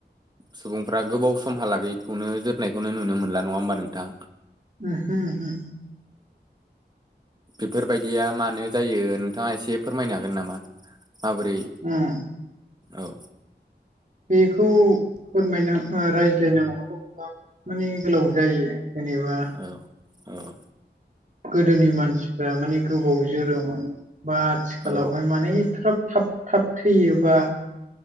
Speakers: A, on the right; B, on the right.
A: सुबुंफ्रा गोबाव समहालागैखौनो जोरनायखौनो नुनो मोनला। नङा होमबा नोंथां?
B: ओमहो ओमहो।
A: बेफोरबायदिया मानो जायो नोंथाङा एसे फोरमायनो हागोन नामा? माबोरै
B: उम
A: औ।
B: बेखौ फोरमायना ओ रायज्लायनांगौवाथ' गोबां माने गोलाव जायो। जेनेबा
A: औ औ।
B: गोदोनि मानसिफ्रा माने गोबाव जोरोमोन बा आथिखालावहाय
A: औ
B: माने एफ्राब थाब थाब थैयोबा